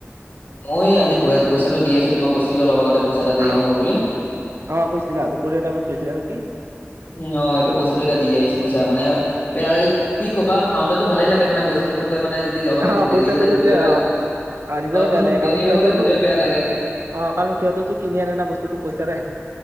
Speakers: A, on the left; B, on the right.
A: মই আজি পই পইচাটো দি আছো তোমাক কৈছো যে অলপ আগতে পইচা এটা দি
B: হ,
A: আহোগৈ বুলি
B: অ' কৈছিলা দুপৰীয়া টাইমত কৈছিলা নেকি?
A: উম অ' এইটো পইচাটো এয়া দি আহিছো বুইছা মানে বেয়া কি ক'বা খাওতেতো ভালে লাগে মানে পইচাটো দিওতে মানে যদি অলপ
B: অ
A: দিন
B: পইচাটো
A: দেৰি হৈ যায়
B: দিওঁতে
A: নিজৰে বেয়া
B: অ
A: লা
B: অ নিজৰে
A: অলপ
B: বেয়া
A: দিন
B: লাগে
A: দেৰি
B: কাৰণ সিহঁতেতো
A: হৈ গলে নিজৰে বেয়া লাগে।
B: অ' কাৰণ সিহঁততো কিনি আনে না বস্তুটো পইচাৰে।